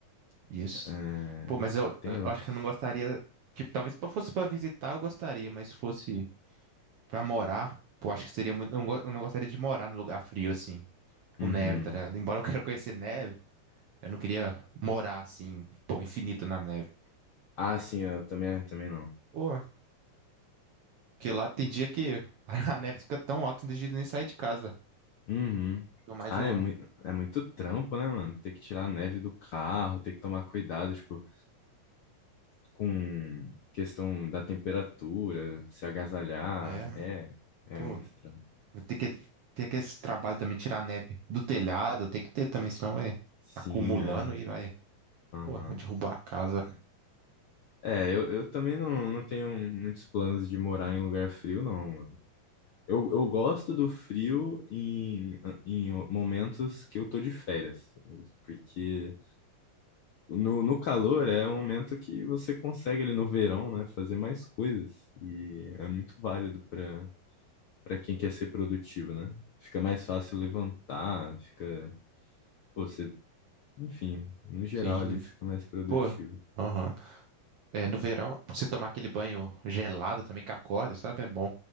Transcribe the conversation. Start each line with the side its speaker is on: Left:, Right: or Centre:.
Right: Isso.
Left: É,
Right: Pô, mas eu,
Left: tem
Right: eu
Left: outros.
Right: acho que eu não gostaria. Tipo, talvez se fosse pra visitar, eu gostaria, mas se fosse pra morar, pô, acho que seria muito. Eu não go- eu não gostaria de morar num lugar frio, assim, com
Left: Uhum.
Right: neve, tá ligado? Embora eu quero conhecer neve, eu não queria morar assim, pô, infinito na neve.
Left: Ah, sim, eu também, é, também não.
Right: Pô, porque lá tem dia que a <laughs> neve fica tão alta, não tem jeito de nem sair de casa.
Left: Uhum.
Right: Tô mais
Left: Ah,
Right: o.
Left: é muito, é muito trampo, né, mano? Ter que tirar a neve do carro, ter que tomar cuidado, tipo, com questão da temperatura, se agasalhar.
Right: É,
Left: É, é
Right: pô,
Left: muito trampo.
Right: vou ter que ter que esse trabalho também, tirar a neve do telhado, tem que ter também, senão vai
Left: Sim,
Right: acumulando
Left: é.
Right: e vai,
Left: Aham.
Right: pô, vai derrubar a casa.
Left: É, eu, eu também não, não tenho muitos planos de morar em lugar frio, não. Eu, eu gosto do frio em, em momentos que eu tô de férias, porque no, no calor é um momento que você consegue ali no verão, né, fazer mais coisas e é muito válido para para quem quer ser produtivo, né? Fica mais fácil levantar, fica pô, você, enfim, no geral
Right: Sim,
Left: ali fica mais produtivo.
Right: pô, aham. É, no verão, você tomar aquele banho gelado também que acorda, sabe? É bom.